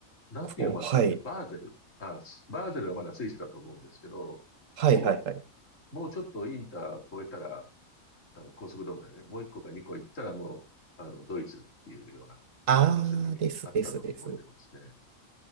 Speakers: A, on the left; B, on the right.
A: なんていう街だって、
B: 構、はい、
A: バーゼル。あ、スバーゼルはまだスイスだと思うんですけど、
B: はいはいはい。
A: もう、もうちょっとインター越えたら、あの、高速道路だよね。もう一個か二個行ったらもう、あの、ドイツっていうような
B: ああ、
A: 場所にあったのを覚えてますね。
B: ですですです。